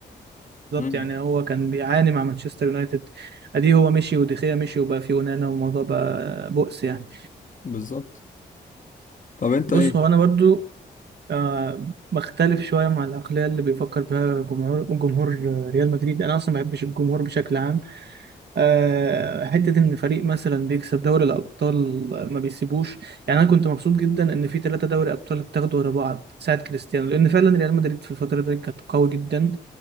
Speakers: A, on the right; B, on the left.
A: بالظبط
B: امم
A: يعني هو كان بيعاني مع مانشستر يونايتد ادي هو مشي وديخيا مشي وبقى في ونانا والموضوع بقى بؤس يعني
B: بالظبط طب انت
A: بص
B: ايه
A: هو انا برضو آه بختلف شوية مع العقلية اللي بيفكر بها جمهور جمهور آه، ريال مدريد انا اصلا ما بحبش الجمهور بشكل عام آه، حتة إن فريق مثلا بيكسب دوري الأبطال ما بيسيبوش يعني أنا كنت مبسوط جدا إن في ثلاثة دوري أبطال اتاخدوا ورا بعض ساعة كريستيانو لأن فعلا ريال مدريد في الفترة دي كانت قوي جدا